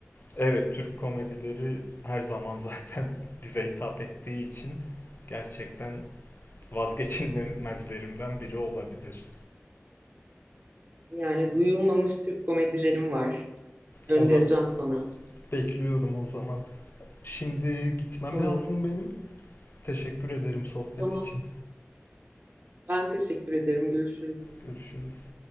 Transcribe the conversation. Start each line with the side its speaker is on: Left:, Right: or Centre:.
Left: Evet, Türk komedileri her zaman zaten <laughs> bize hitap ettiği için gerçekten vazgeçilmezlerimden biri olabilir.
Right: Yani duyulmamış Türk komedilerim var. Göndereceğim
Left: O zaman
Right: sana.
Left: bekliyorum o zaman. Şimdi gitmem
Right: Tamam.
Left: lazım benim. Teşekkür ederim sohbet
Right: Tamam.
Left: için.
Right: Ben teşekkür ederim. Görüşürüz.
Left: Görüşürüz.